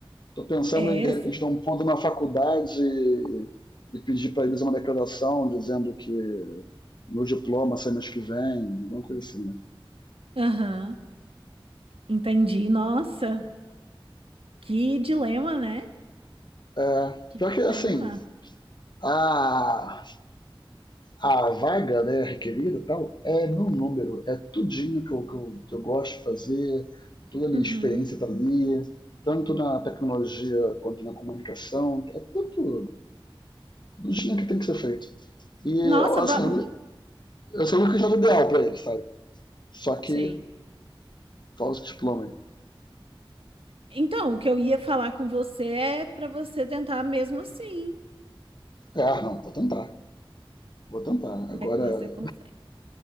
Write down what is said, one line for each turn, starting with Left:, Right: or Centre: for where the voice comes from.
Left: Tô pensando
Right: É,
Left: em, de repente,
Right: s-
Left: dar um pulo na faculdade e, e pedir pra eles uma declaração dizendo que meu diploma sai mês que vem, alguma coisa assim, né?
Right: aham. Entendi. Nossa, que dilema, né?
Left: É,
Right: Que
Left: pior
Right: dilema.
Left: que, assim, a, a vaga, né, requerida e tal, é meu número, é tudinho que eu, que eu, que eu gosto de fazer, toda a minha
Right: Uhum.
Left: experiência tá ali, tanto na tecnologia quanto na comunicação, é tudo do jeito que tem que ser feito. E,
Right: Nossa,
Left: assim,
Right: va... hum,
Left: eu, eu sei o que já é o ideal pra ele sabe? Só que
Right: sei.
Left: falta o diploma aí.
Right: Então, o que eu ia falar com você é para você tentar mesmo assim.
Left: É, ah, não, vou tentar. Vou tentar.
Right: Como
Left: Agora,
Right: é que você consegue?